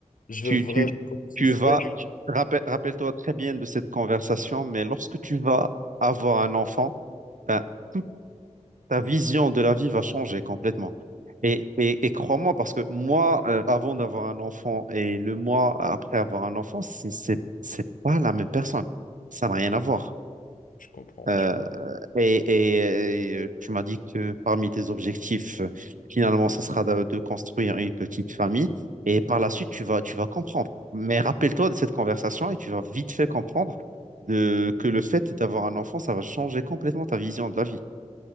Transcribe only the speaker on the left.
je
veux vraiment
qu'on
puisse-
Oui,
je comprends,
je comprends.